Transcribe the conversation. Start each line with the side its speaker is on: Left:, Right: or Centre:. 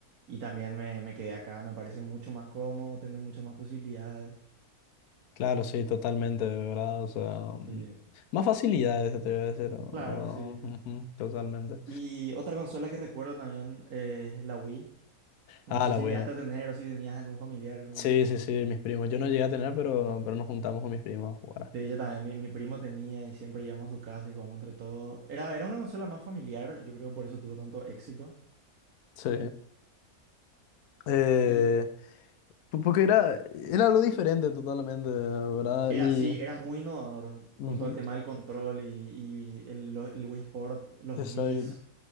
Right: Y también me, me quedé acá, me parece mucho más cómodo, tienes muchas más posibilidades.
Left: Claro, sí, totalmente, de ¿verdad? O sea, mm,
Right: Sí.
Left: más facilidades, te voy a decir. ¿no?
Right: Claro, sí.
Left: Ujú, totalmente.
Right: Y otra consola que recuerdo también eh, es la Wii. No
Left: Ah,
Right: sé
Left: la
Right: si
Left: Wii.
Right: llegaste a tener o si tenías algún familiar con...
Left: Sí, sí, sí, mis primos. Yo no llegué a tener, pero, pero nos juntamos con mis primos a jugar.
Right: Sí, yo también, mi, mi primo tenía y siempre íbamos a su casa y jugábamos entre todos. Era, era una consola más familiar, yo creo que por eso tuvo tanto éxito.
Left: Sí. Eh,
Right: Y
Left: po- porque era, era algo diferente totalmente, ¿verdad?
Right: era
Left: Y...
Right: así, era muy innovador
Left: ujú,
Right: con todo el tema del control y, y el, lo- el Wii Sport, los
Left: exacto.
Right: Mis,